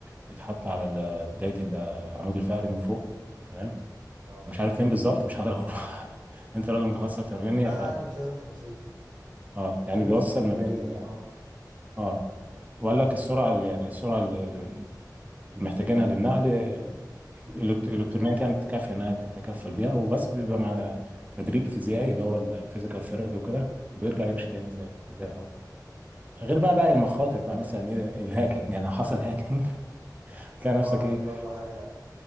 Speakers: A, on the right; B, on the right.
A: يتحط على ال- بداية العمود الفقري من فوق تمام أنا
B: اه
A: مش عارف فين بالظبط مش هقدر أقول <laughs> أنت راجل متخصص أكتر مني
B: لا
A: ف
B: لا عادي مش لازم تفاصيل
A: اه
B: مش
A: يعني
B: لازم
A: بيوصل
B: تفاصيل تكنيكيه
A: ما بين ال...
B: يعني
A: اه وقال لك السرعة اللي يعني السرعة اللي اللي محتاجينها للنقل الإلكت- الإلكترونيات يعني تكفي إنها تتكفل بيها وبس بيبقى مع تدريب فيزيائي اللي هو الفيزيكال ثيرابي وكده بيرجع
B: اه
A: يمشي تاني زي زي الأول غير بقى بقى المخاطر بقى مثلا ايه الهاكينج يعني لو حصل هاكينج <laughs> تلاقي نفسك
B: اه
A: ايه
B: دي برضو حاجة